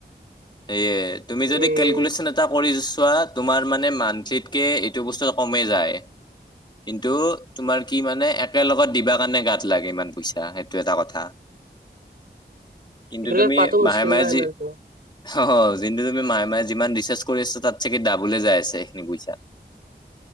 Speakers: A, on the left; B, on the right.
A: সেয়ে তুমি যদি
B: উম
A: কেলকুলেশ্যন এট এটা কৰি চোৱা তোমাৰ মানে মান্থলিত কে এইটো বস্তু কমেই যায়। কিন্তু তোমাৰ কি মানে একে লগত দিবা কাৰণে গাত গাত লাগে ইমান পইচা, সেইটো এটা কথা। কিন্তু
B: একেলগে
A: তুমি
B: পাতো মুস্কিল
A: মাহে-মাহে
B: নাই
A: যি।
B: ইমান তোমাৰ
A: অ', -অ', যোনটো তুমি মাহে-মাহে যিমান ৰিচাৰ্ছ কৰি আছোঁ তাত চাগি ডাবলে যায় আছে সেইখিনি পইছা।